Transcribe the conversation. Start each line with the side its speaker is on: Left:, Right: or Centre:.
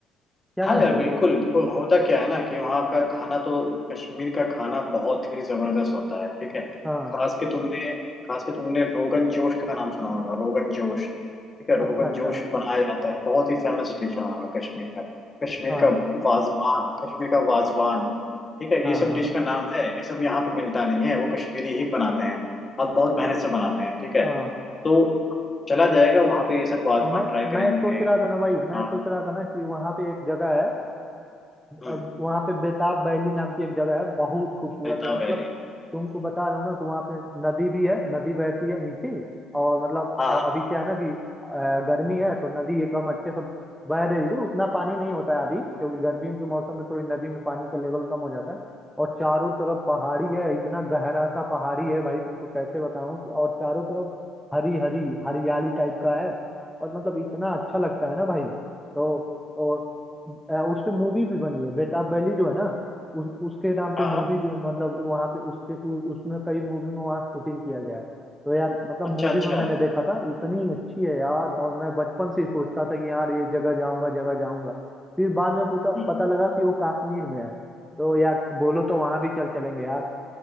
Centre: क्या
Left: हाँ
Centre: कहते
Left: यार बिल्कुल
Centre: हो
Left: देखो होता क्या है ना कि वहाँ का खाना तो कश्मीर का खाना बहुत ही जबरदस्त होता है ठीक है
Centre: हाँ
Left: खास के तुमने खास के तुमने रोगन जोश का नाम सुना होगा रोगन जोश ठीक है रोगन
Centre: अच्छा अच्छा
Left: जोश बनाया जाता है बहुत ही फेमस डिश है वहाँ का कश्मीर का कश्मीर
Centre: हाँ
Left: का वाजवान कश्मीर का वाजवान ठीक है
Centre: हाँ
Left: ये सब
Centre: हाँ
Left: डिश का नाम है ये सब यहाँ पे मिलता नहीं है वो कश्मीरी ही बनाते हैं अब बहुत मेहनत से बनाते हैं ठीक है
Centre: हाँ
Left: तो चला जाएगा वहाँ पे ये सब वाजवान
Centre: अब मैं
Left: ट्राई
Centre: मैं
Left: करेंगे
Centre: सोच रहा था ना भाई मैं
Left: हाँ
Centre: सोच रहा था ना कि वहाँ पे एक जगह है आ,
Left: हम्म,
Centre: अब वहाँ पे बेताब बैली नाम की एक जगह है बहुत खूबसूरत
Left: नैता
Centre: है मतलब
Left: वैली
Centre: तुमको बता रहा हूँ ना कि वहाँ पे नदी भी है नदी बहती है नीचे और मतलब
Left: हाँ
Centre: अ-
Left: हाँ
Centre: अभी
Left: हाँ।
Centre: क्या है ना कि अ, गर्मी है तो नदी एकदम अच्छे से बह रही है उतना पानी नहीं होता है अभी क्योंकि गर्मियों के मौसम में थोड़ी नदी में पानी का लेवल कम हो जाता है और चारों तरफ पहाड़ी है इतना गहरा सा पहाड़ी है भाई तुमको कैसे बताऊं कि और चारों तरफ हरी हरी हरियाली टाइप का है और मतलब इतना अच्छा लगता है ना भाई तो और अ, उस पे मूवी भी बनी है बेताब बैली जो है ना उस उसके नाम पे
Left: हाँ
Centre: मूवी
Left: हाँ
Centre: भी मतलब वहाँ पे उसके उ, उसमें कई मूवी में वहाँ शूटिंग किया गया है तो यार मतलब
Left: अच्छा
Centre: मूवी
Left: अच्छा
Centre: में मैंने देखा था इतनी अच्छी है यार और मैं बचपन से ही सोचता था कि यार ये जगह जाऊंगा जगह जाऊंगा फिर बाद में पता
Left: हम्म,
Centre: पता लगा कि वो कश्मीर में है तो यार बोलो तो वहां भी चल चलेंगे यार